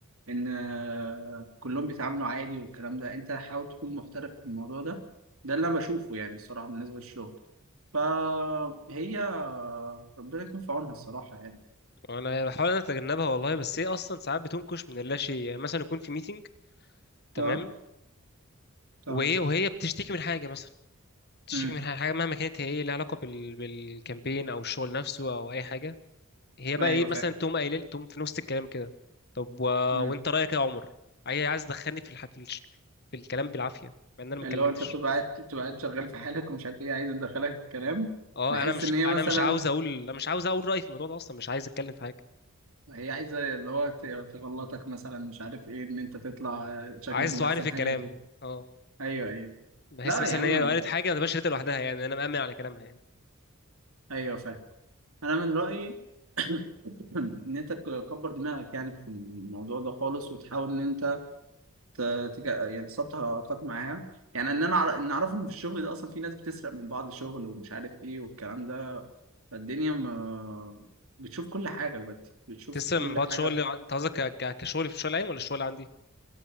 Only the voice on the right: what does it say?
ان آه، كلهم بيتعاملوا عادي والكلام ده انت حاول تكون محترف في الموضوع ده ده اللي انا بشوفه يعني الصراحه بالنسبه للشغل فهي آه، ربنا يكون في عونها الصراحه يعني
اه تمام
امم
ايوه
فاهم
امم
اللي
هو انت بتبقى قاعد بتبقى قاعد شغال في حالك ومش عارف ايه عايزه تدخلك الكلام
بحس
ان هي
مثلا
هي عايزه اللي هو ت- تغلطك مثلا مش عارف ايه ان انت تطلع شكلك
مش
احسن
حاجه بزر.
ايوه ايوه
لا
يا عم
ايوه فاهم انا من رايي <clears throat> ان انت تكبر دماغك يعني في الموضوع ده خالص وتحاول ان انت ت- تك... يعني تسطح علاقات معاها يعني ان انا أعرف- ان اعرف ان في الشغل ده اصلا في ناس بتسرق من بعض شغل ومش عارف ايه والكلام ده فالدنيا ما... بتشوف كل حاجه دلوقتي بتشوف
كل
حاجه
في-